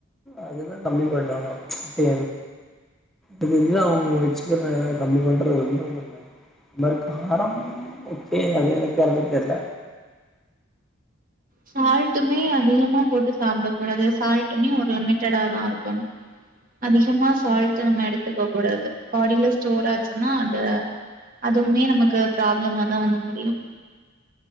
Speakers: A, in the centre; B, on the right.
A: அதல்லாம் கம்மி பண்ணப்பா அ இது அவ வச்சுக்க கம்மி பண்றது ரொம்ப இந்த மாதிரி காரம் ஓகே அது எனக்கு தெர்ல
B: சால்ட்டுமே அதிகமா போட்டு சாப்பிட கூடாது சால்ட்டுமே ஒரு லிமிட்டடாதான் இருக்கும் அதிகமா சால்ட் நம்ம எடுத்துக்க கூடாது பாடில ஸ்டோர் ஆச்சுன்னா அந்த அதுவுமே நமக்கு ப்ராப்ளமாதான் வந்து முடியும்